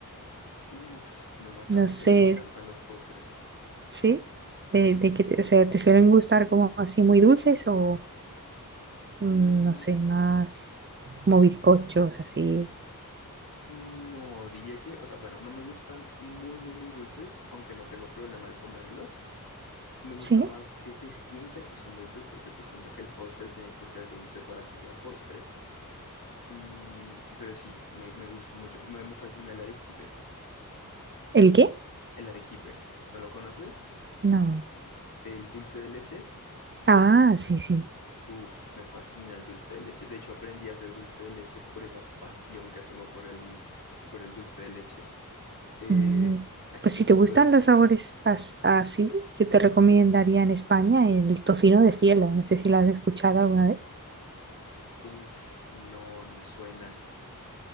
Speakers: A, on the left (about 70°); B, on the right (about 30°).
A: Uf, me mataste,
B: No sé,
A: me encantan
B: s-
A: los postres.
B: ¿sí? De,
A: Sí.
B: de que te, o sea, ¿te suelen gustar como así muy dulces o, mm,
A: Mm,
B: no sé, más como bizcochos, así?
A: mm, no, diría que, o sea, bueno, no me gustan muy, muy, muy dulces, aunque no tengo problema al comerlos. Me gusta
B: ¿Sí?
A: más que se sienta que son dulces porque pues siento que el postre tiene que ser dulce para que sea postre. Mm, pero sí, me, me gusta mucho. Me, me fascina el arequipe.
B: ¿El qué?
A: El arequipe. ¿No lo conoces?
B: No.
A: El dulce de leche.
B: Ah, sí, sí.
A: Uf, me fascina el dulce de leche. De hecho, aprendí a hacer dulce de leche por esa pasión que tengo por el, por el dulce de leche. Eh,
B: Mm,
A: aquí
B: Pues si
A: tú
B: te gustan
A: puedes...
B: los sabores as- así, yo te recomendaría en España el tocino de cielo. No sé si lo has escuchado alguna vez.
A: Uf, no, no me suena.